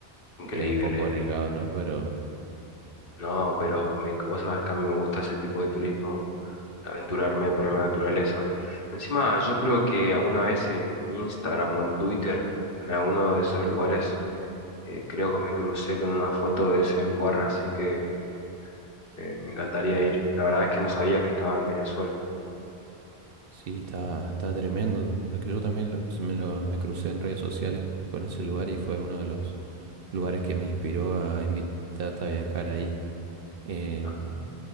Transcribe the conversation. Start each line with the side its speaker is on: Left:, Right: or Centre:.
Left: increíble.
Right: Es un poco arriesgado, ¿no? Pero
Left: No, pero me, vos sabés que a mí me gusta ese tipo de turismo aventurarme por la naturaleza. Encima, yo creo que alguna vez en Instagram o en Twitter, en alguno de esos lugares, eh, creo que me crucé con una foto de ese lugar, así que eh, me encantaría ir. La verdad es que no sabía que estaba en Venezuela.
Right: Sí, está, está tremendo. Yo también lo- se me, lo, me crucé en redes sociales con ese lugar y fue uno de los lugares que me inspiró a invitarte a viajar ahí. Em,
Left: Ah,